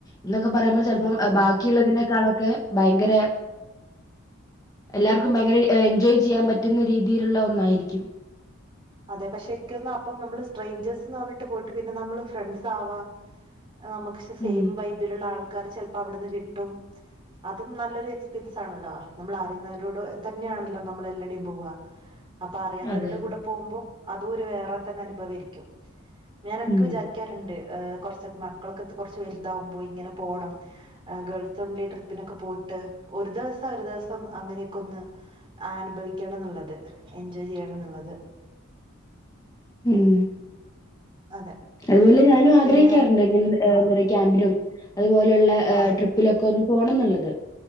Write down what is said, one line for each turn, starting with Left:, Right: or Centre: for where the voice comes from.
Left: എന്നൊക്കെ പറയുമ്പോൾ ചിലപ്പോം
Right: അതെ ഉം
Left: ബാക്കിയുള്ളതിനേക്കാളൊക്കെ ഭയങ്കര എല്ലാർക്കും ഭയങ്കര എൻജോയ് ചെയ്യാൻ പറ്റുന്ന രീതിയിലുള്ള ഒന്നായിരിക്കും
Right: അതെ പക്ഷെ എിക്ക ഒന്ന് അപ്പം നമ്മള് സ്ട്രെഞ്ചേഴ്സ്ന്ന് പറഞ്ഞിട്ട് പോയിട്ട് പിന്നെ നമ്മള് ഫ്രണ്ട്സ് ആവാം നമുക്ക്ക്ഷെ സെയിം
Left: ഉം
Right: ബൈബിിലുള്ളള്ള ആൾക്കാാര് ചിലപ്പോ അവിടുന്ന് കിട്ടും അതും നല്ലൊരു എക്സ്പീരിയൻസ് ആണല്ലോ നമ്മൾ അറിയുന്നവരോട് തന്നെയാണല്ലോ നമ്മൾ എല്ലാടേയും പോവുക അപ്പൊ അറിയാത്തരുടെ
Left: അതെ അതെ
Right: കൂടെ പോകുമ്പോ അതും ഒരു വേറെ തന്നെ അനുഭവ ആരിക്കും ഞാാന എടക്ക്
Left: ഉം
Right: വിചാരിക്കാറുണ്ട് കൊറച്ച് മക്കളൊക്കെ കുറച്ച് വലുതാവുമ്പോൾ ഇങ്ങന പോണം ഗേൾസ് ഒൺലി ട്രിപ്പിനൊക്കെ പോയിട്ട് ഒരു ദിവസം ഒരു ദിവസം അങ്ങനെയൊക്കെ ഒന്ന് അനുഭവിക്കണം എന്നുള്ളത് എൻജോയ് ചെയ്യ നുള്ളത്
Left: ഉം
Right: അതെ
Left: അതുപോലെ ഞാനും ആഗ്രഹിക്കാറുണ്ട്
Right: പിന്നെ
Left: ഇങ്ങനെ
Right: ആഹ്
Left: ക്യാമ്പിനും അതുപോലെയുള്ള
Right: ആഹ്
Left: ട്രിപ്പിലൊക്കെ ഒന്ന് പോണം എന്നുള്ളത്